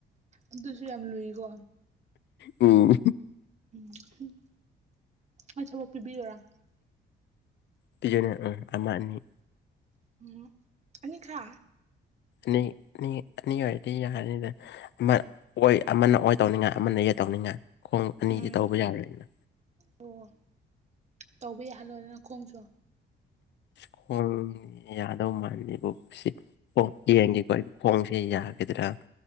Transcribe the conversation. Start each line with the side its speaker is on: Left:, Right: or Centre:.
Right: ꯑꯗꯨꯁꯨ ꯌꯥꯝ ꯂꯨꯏꯀꯣ
Left: ꯎꯝ
Right: ꯎꯝ ꯃꯁꯕꯥꯎ ꯄꯤꯕꯤꯔꯔꯥ <inaudible>
Left: ꯄꯤꯒꯥ ꯅꯤ ꯑꯃ ꯑꯅꯤ
Right: ꯎꯝ ꯑꯅꯤ ꯈꯥ
Left: ꯅꯣꯏ ꯑꯅꯤ ꯑꯣꯏꯗꯤ ꯌꯥꯔꯅꯤꯗ ꯑꯃ ꯑꯣꯏ ꯑꯃꯅ ꯑꯣꯏ ꯇꯧꯅꯤꯡꯉꯥꯏ ꯑꯃꯅ ꯌꯦꯠ ꯇꯧꯅꯤꯡꯉꯥꯏ ꯈꯣꯡ ꯑꯅꯤꯗꯤ
Right: ꯎꯝ
Left: ꯇꯧꯕ ꯌꯥꯔꯣꯏꯅ
Right: ꯑꯣ ꯇꯧꯕ ꯌꯥꯍꯜꯂꯣꯗꯅ ꯈꯣꯡꯁꯨ
Left: ꯈꯣꯡ ꯌꯥꯗꯧ ꯃꯥꯜꯂꯦꯕꯨ ꯁꯤꯗꯤ ꯍꯣꯏ ꯌꯦꯡꯒꯦꯀꯣ ꯑꯩ ꯈꯣꯡꯁꯦ ꯌꯥꯒꯗ꯭ꯔꯥ